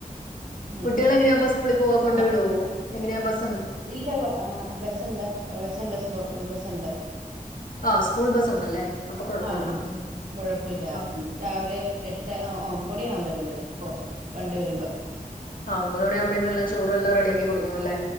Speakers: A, on the right; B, on the left.
A: ഉം.
B: കുട്ടികളെങ്ങെയാ സ്കൂളിൽ പോവാ കൊണ്ട്
A: മ-
B: വിടോ എങ്ങനെയാ ബസ്
A: ഇല്ല ബെ ആഹ് ബെസ് ഇണ്ട് ബെസ് ഇണ്ട് സ്ക്കൂൾ ബെസ് സ് ഇണ്ട്
B: ആ സ്കൂൾ ബസ് ഉണ്ടല്ലേ അപ്പൊ കുഴപ്പമില്ല
A: ആഹ് ആഹ്
B: ഉം
A: കൊഴപ്പയില്ല
B: ആ
A: രാവിലെ എട്ടെ ആ ഒമ് ഒമ്പെയ് മണിയാവും വെരുമ്പെൾ ഇപ്പോ വണ്ടി വെരുമ്പം.
B: ആഹ് ഒമ്പത് മണിയാവ്മ്പെയ്ക്ക് എല്ലാം ചോറ് എല്ലാം റെഡിയാക്കി കൊട്ക്കെണം അല്ലെ?